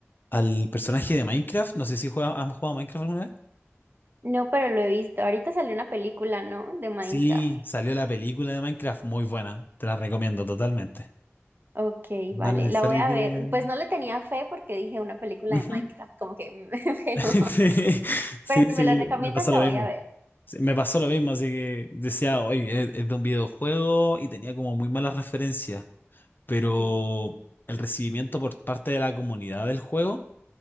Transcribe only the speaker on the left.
al personaje de Minecraft. No sé si juega, han jugado a Minecraft alguna vez.
Sí, salió la película de Minecraft, muy buena, te la recomiendo totalmente.
No
es necesario
que...
Ujú.
<laughs> Sí,
sí,
me pasó
lo mismo.
Sí, me pasó lo mismo, así que decía, oye, es, es de un videojuego y tenía como muy malas referencias, pero
el recibimiento por parte de la comunidad del juego